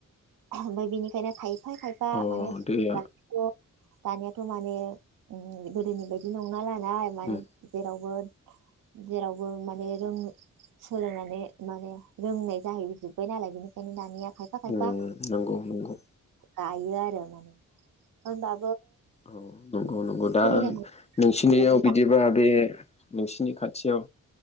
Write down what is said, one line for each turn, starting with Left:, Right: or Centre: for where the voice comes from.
Right: ओमफाय बिनिखायनो खायफा खाय दा
Left: अ
Right: माने
Left: दैया
Right: <unintelligible> दानियाथ' माने गोदोनि बायदि नङा नालाय नाय माने
Left: उम
Right: जेरावबो जेरावबो माने रों सोलोंनानै माने रोंनाय जाहैजोबबाय नालाय बेनिखायनो दानिया खायफा खायफा
Left: ओ नंगौ नंगौ
Right: गायो आरो माने होनबा
Left: औ नंगौ नंगौ दा
Right: फैनो
Left: नोंसिनियाव
Right: हानाय
Left: बिदिबा बे नोंसिनि खाथियाव